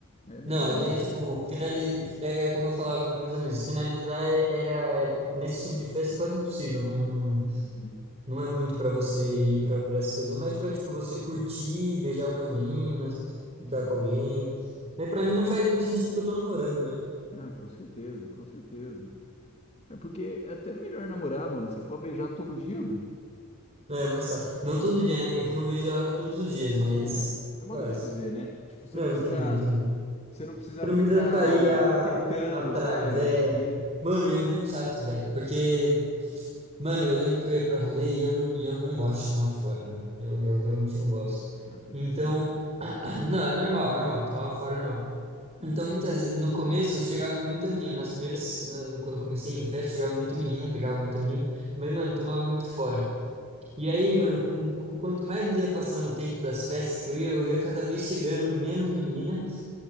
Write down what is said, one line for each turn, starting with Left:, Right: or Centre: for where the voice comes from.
Left: É bem
Right: Não,
Left: de
Right: ali
Left: boa.
Right: é tipo, finali... é, é como eu falava com meus amigos, finalizar é- era, era- nesse tipo de festa é quase impossível, não.
Left: Uhum,
Right: Não é muito pra você ir pra pra essas coisas, é mais pra, tipo, você curtir, beijar umas meninas, ficar
Left: uhum.
Right: com alguém. Mas
Left: Sim.
Right: pra mim não faz muito sentido porque eu tô namorando, né?
Left: Ah, com certeza, com certeza. É porque é até melhor namorar, mano. Você pode beijar todo dia, mano.
Right: É, mas tá. Não todo
Left: né?
Right: dia, né? É que eu não vejo ela todos os dias, mas
Left: É, é modo
Right: quase.
Left: de dizer, né? Tipo, você
Right: Não,
Left: não precisa,
Right: entendi, entendi.
Left: você não precisa
Right: Você não
Left: ficar
Right: precisa sair a...
Left: tentando,
Right: atrás,
Left: sabe?
Right: é...
Left: É.
Right: Mano, e é muito chato, velho, porque... Mano, eu lembro que eu ia pra rolê e eu, não- e eu não gosto de tomar fora, né? Eu, eu realmente não gosto.
Left: Ah, tem
Right: Então,
Left: que aceitar.
Right: <clears throat>
Left: Hum,
Right: não, é normal, é normal, tomava fora é normal.
Left: hum,
Right: Então, muitas, no começo, chegava muita menina. Nas primeiras, né, quando eu comecei em festa, chegava muita menina, pegava muita menina. Mas, mano, tomava muito fora. E aí, mano, com, com- quanto mais ia passando o tempo das festas que eu ia, eu ia cada vez chegando menos menina